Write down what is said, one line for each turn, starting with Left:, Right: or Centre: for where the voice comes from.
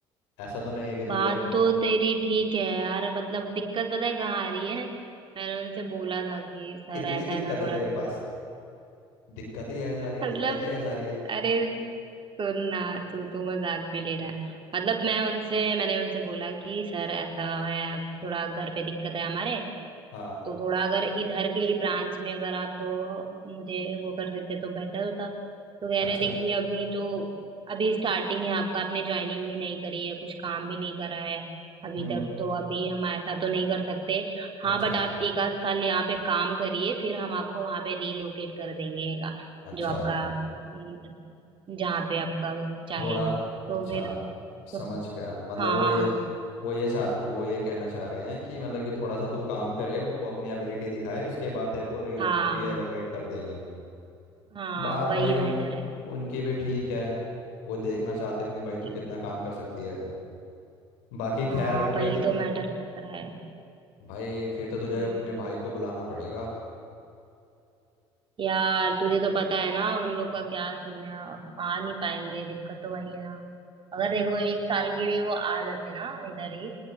Left: ऐसा तो नहीं है कि तुझे
Right: बात तो तेरी ठीक है यार मतलब दिक्कत पता है कहाँ आ रही है मैंने उनसे बोला था कि सर
Left: कितनी
Right: ऐसा
Left: दिक्कत
Right: ऐसा
Left: है
Right: थोड़ा
Left: तेरे पास दिक्कत ही आ जा रही है
Right: मतलब
Left: दिक्कत ही आ जा रही है
Right: अरे सुन ना तू तो मजाक में ले रहा है मतलब मैं उनसे मैंने उनसे बोला कि सर ऐसा है थोड़ा घर पे दिक्कत है हमारे
Left: हाँ
Right: तो थोड़ा अगर इधर के ही ब्रांच में अगर आप अ, मुझे वो कर देते तो बेटर होता तो कह
Left: अच्छा
Right: रहे देखिए अभी तो अभी स्टार्टिंग है आपका आपने ज्वाइनिंग भी नहीं करी है कुछ काम भी नहीं करा है अभी
Left: हम्म
Right: तक तो अभी हम ऐसा तो नहीं कर सकते
Left: अच्छा
Right: हाँ बट आप एक आध साल यहाँ पे काम करिए फिर हम आपको वहां पे रीलोकेट कर देंगे का-
Left: अच्छा
Right: जो आपका अम, जहाँ पे आपका चाहे
Left: थोड़ा
Right: तो
Left: अच्छा
Right: फिर तो
Left: समझ गया मतलब
Right: हाँ
Left: वो
Right: हाँ
Left: ये वो ये चाहते वो ये कहना चाह रहे हैं कि मतलब कि थोड़ा सा तू काम करे उनको अपनी एबिलिटी दिखाए उसके बाद तेरे को री
Right: हाँ
Left: रीएलोकेट कर देंगे
Right: हाँ
Left: बात
Right: वही
Left: भाई उन
Right: मैटर है
Left: उनकी भी ठीक है वो देखना चाहते होंगे कि भाई
Right: ओके
Left: तू कितना काम कर सकती है बाकी
Right: हाँ
Left: खैर फिर
Right: वही
Left: तो
Right: तो मैटर फंस रहा है
Left: भाई फिर तो तुझे
Right: हम्म
Left: अपने भाई को बुलाना पड़ेगा
Right: यार तुझे तो पता है ना उन लोग का क्या सीन है आ नहीं पाएंगे दिक्कत तो वही है ना अगर देखो एक साल के लिए वो आ जाते ना इधर ही